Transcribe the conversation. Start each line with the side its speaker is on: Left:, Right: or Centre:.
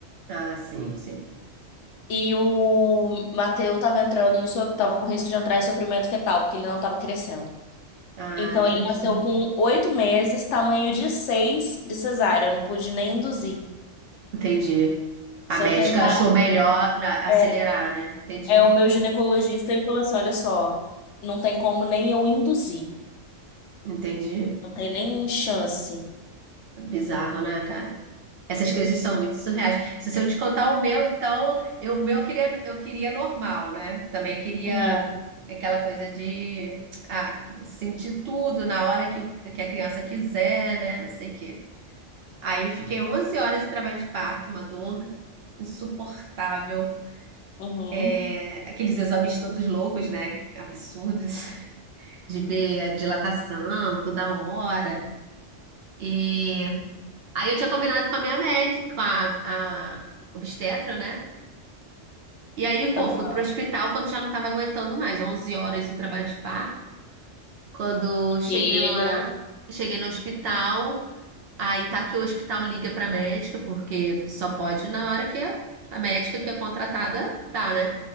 Right: Ah, sim, sim.
Left: e o Mateu tava entrando em so- tava com risco de entrar em sofrimento fetal, porque ele não tava crescendo.
Right: Ah,
Left: Então
Right: entendi.
Left: ele nasceu com oito meses, tamanho de seis de cesárea. Eu não pude nem induzir.
Right: Entendi.
Left: Se
Right: A médica
Left: eu tentar,
Right: achou melhor a- acelerar,
Left: é,
Right: né? Entendi.
Left: é o meu ginecologista e falou assim: olha só, não tem como nem eu induzir.
Right: Entendi.
Left: Não tem nem chance.
Right: Bizarro, né, cara? Essas coisas são muito surreais. Se eu te contar o meu, então, eu, o meu eu queria, eu queria normal, né? Também queria
Left: Uhum,
Right: aquela coisa de, ah, sentir tudo na hora que, o- que a criança quiser, né? Não sei o quê. Aí fiquei 11 horas de trabalho de parto, uma dor insuportável.
Left: uhum.
Right: É, aqueles exames todos loucos, né? Absurdos, de ver a dilatação toda hora. E aí eu tinha combinado com a minha médica, com a, a obstetra, né? E aí, pô,
Left: Aham.
Right: fui pro hospital quando já não tava aguentando mais, 11 horas de trabalho de parto. Quando cheguei
Left: Chega.
Right: lá, cheguei no hospital, aí tá que o hospital liga pra médica, porque só pode na hora que a, a médica que é contratada tá, né?